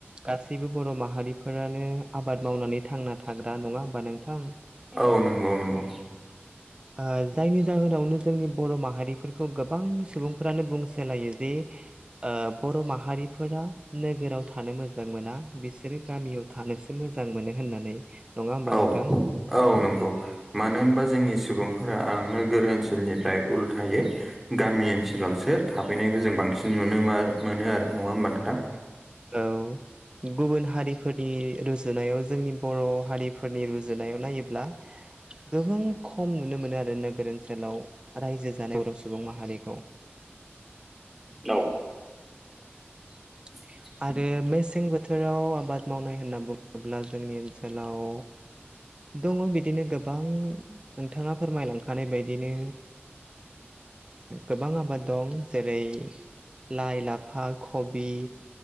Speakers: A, on the right; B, in the centre.
A: गासैबो बर' माहारिफोरानो आबाद मावनानै थांना थाग्रा नङा होमबा नोंथां?
B: औ नंगौ नंगौ
A: आ जायनि जाहोनावनो जोंनि बर' माहारिफोरखौ गोबां सुबुंफोरानो बुंसोलायो जे बर' माहारिफोरा नोगोराव थानो मोजां मोना बिसोरो गामियाव थानोसो मोजां मोनो होननानै, नङा होमबा
B: औ
A: नोंथां?
B: औ नंगौ मानो होनबा जोंनि सुबुंफोरा आं नोगोरथिल निफ्राय उल्थायै, गामि ओनसोलावसो थाफैनायखौ जों बांसिन नुनो मोनो आरो नङा ओनबा नोंथां,
A: औ गुबुन हारि, फोरनि रुजुनायाव जोंनि बर' हारिफोरनि रुजुनायाव नायोब्ला, गोबां खम नुनो मोनो आरो नोगोर ओनसोलाव रायजो जानाय बर' सुबुं माहारिखौ,
B: औ
A: <unintelligible>
B: <unintelligible>
A: आरो मेसें बोथोराव आबाद मावनाय होनना बुं, अब्ला जोंनि ओनसोलाव, दङ बिदिनो गोबां नोंथाङा फोरमायलांखानाय बायदिनो, गोबां आबाद दं जेरै लाय लाफ लाफा, खबि